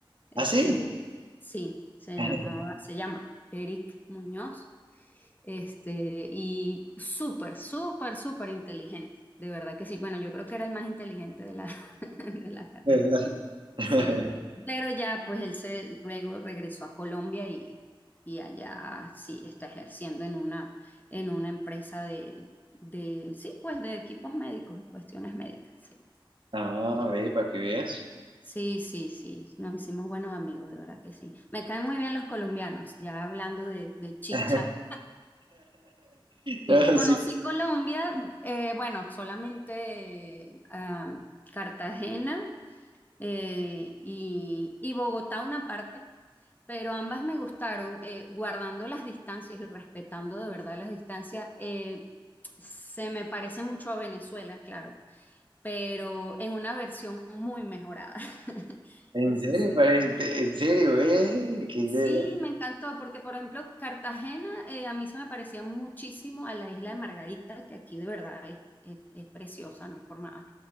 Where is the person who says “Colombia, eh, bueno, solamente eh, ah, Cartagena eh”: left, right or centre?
Left